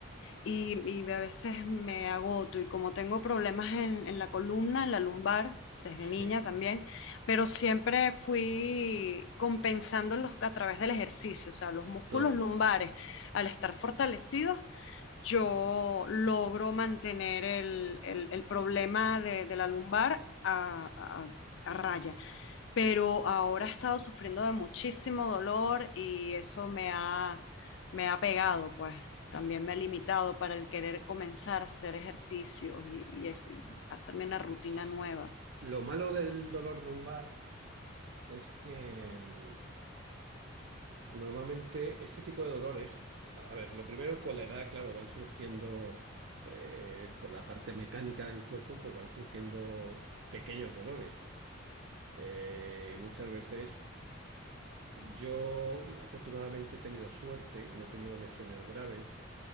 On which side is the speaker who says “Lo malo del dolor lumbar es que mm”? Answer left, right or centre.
Right